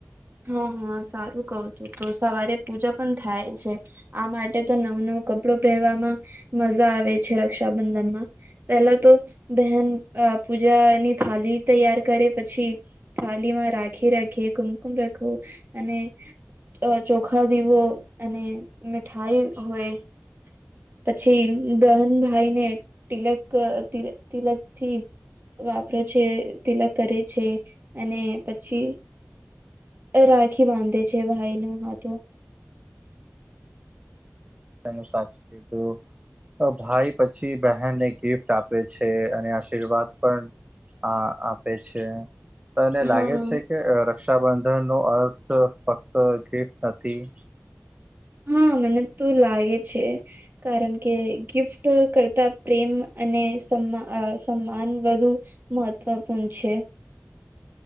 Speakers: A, on the right; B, on the right.
A: હા હા સારું કવ છું તો સવારે પૂજા પણ થાય છે આ માટે તો નવું નવું કપડું પહેરવામાં મજા આવે છે રક્ષાબંધનમાં પેલા તો બહેન પૂજાની થાલી તૈયાર કરે પછી થાલી માં રાખી રાખીએ કુમકુમ રાખવું અને ચોખા દીવો અને મીઠાઈ હોય પછી દહનભાઈને તિલક તિલક થી વાપરે છે તિલક કરે છે અને પછી રાખી બાંધે છે ભાઈ ને હાથમાં
B: અને સાચું કીધું અ ભાઈ પછી બહેનને ગિફ્ટ આપે આપ છે અને આશીર્વાદ પણ આ આપે છે તને લાગે
A: હા
B: છે કે રક્ષાબંધન નો અર્થ ફક્ત ગિફ્ટ નથી
A: હા મને તો લાગે છે કારણ કે ગિફ્ટ કરતા પ્રેમ અને સમા અ સમાન વધુ મહત્વપૂર્ણ છે